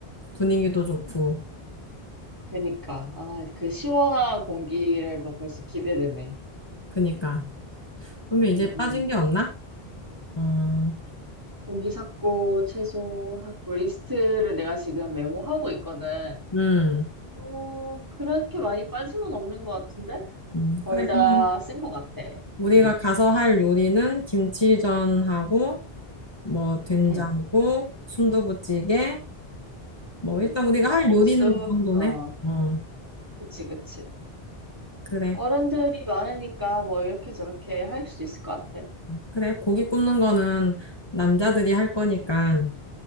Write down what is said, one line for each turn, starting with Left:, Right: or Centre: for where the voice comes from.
Left: 분위기도 좋고.
Right: 그니까. 아, 그 시원한 공기를 뭐 벌써 기대되네.
Left: 그니까. 그러면
Right: 음,
Left: 이제 빠진
Right: 음.
Left: 게 없나? 어,
Right: 고기 샀고, 채소 샀고, 리스트를 내가 지금 메모하고 있거든.
Left: 음,
Right: 어, 그렇게 많이 빠진 건 없는 것 같은데?
Left: 음.
Right: 거의
Left: 그래,
Right: 다
Left: 그러면
Right: 쓴 것 같아.
Left: 우리가
Right: 응,
Left: 가서 할 요리는 김치전하고, 뭐, 된장국,
Right: 응,
Left: 순두부찌개, 뭐,
Right: 응.
Left: 일단 우리가
Right: 막국수,
Left: 할 요리는 그 정도네?
Right: 어,
Left: 어,
Right: 그치, 그치.
Left: 그래.
Right: 어른들이 많으니까 뭐 이렇게 저렇게 할 수 있을 것 같아.
Left: 그래, 고기 굽는 거는 남자들이 할 거니까,